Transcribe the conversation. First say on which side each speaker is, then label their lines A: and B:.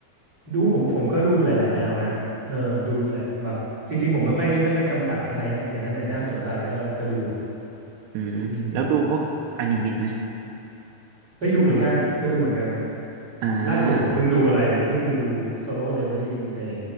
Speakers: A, on the right; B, on the right.
A: ดูผมผมก็ดูหลายๆแนวนะเออดูแหละแบบจริงๆผมไม่ค่อยไม่ค่อยจำกัดอันไหนนะเห็นอันไหนน่าสนใจก็ก็ดูแหละ
B: อืมแล้วดูพวกอนิเมะไหม
A: อืมเฮ้ยดูเหมือนกันก็ดูเหมือนกัน
B: อ่า
A: ล่าสุดผมเพิ่งดูอะไรเพิ่งดู Solo Leveling ใน